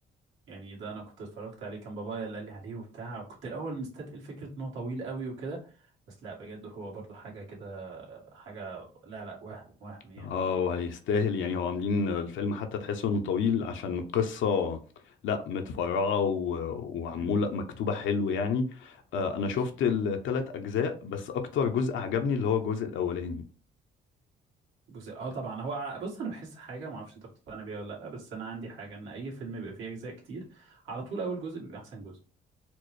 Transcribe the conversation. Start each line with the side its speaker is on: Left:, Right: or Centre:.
Right: يعني ده انا كنت اتفرجت عليه كان بابايا اللي قال لي عليه وبتاع وكنت الاول مستتقل فكرة ان هو طويل قوي وكده بس لا بجد هو برضو حاجة كده حاجة لا لا وهم وهم يعني
Left: اه وهيستاهل يعني هو عاملين الفيلم حتى تحسه انه طويل عشان القصة لا متفرعة و- وعمولة
Right: مم.
Left: مكتوبة حلو يعني آه انا
Right: بالظبط
Left: شفت التلات اجزاء بس اكتر جزء عجبني اللي هو الجزء الاولاني
Right: جزء اه طبعا هو ع- بص انا بحس حاجه ما اعرفش انت بتقتنع بيها ولا لا بس انا عندي حاجه ان اي فيلم بيبقى فيه اجزاء كتير على طول اول جزء بيبقى احسن جزء